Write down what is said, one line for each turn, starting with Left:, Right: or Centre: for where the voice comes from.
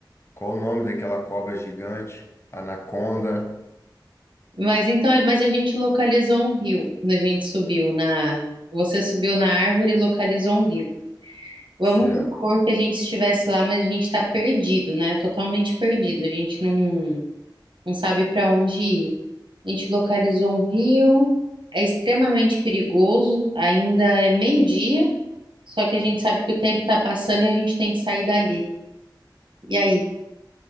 Left: Qual o nome daquela cobra gigante? Anaconda.
Right: Mas então, mas a gente localizou um rio quando a gente subiu na. Você subiu na árvore e localizou um rio. Vamos
Left: Céu.
Right: supor que a gente estivesse lá, mas a gente está perdido, né? Totalmente perdido. A gente não, não sabe para onde ir. A gente localizou um rio, é extremamente perigoso, ainda é meio-dia, só que a gente sabe que o tempo está passando e a gente tem que sair dali. E aí?